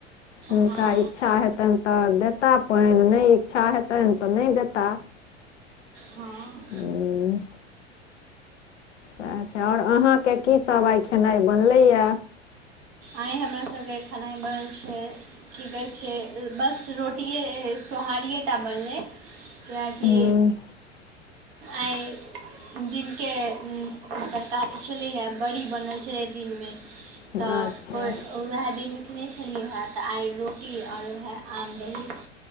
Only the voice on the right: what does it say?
हँ
हँ
आइ हमरा सबके खेनाइ बनल छै की कहै छै बस रोटिए सोहारिए टा बनलै कियाकि
आइ दिनके तरकारी छलैया आ बड़ी बनल छलै दिनमे
तऽ वएह दिनमे खेने छलियैे हं तऽ आइ रोटी आओर वएह आम दही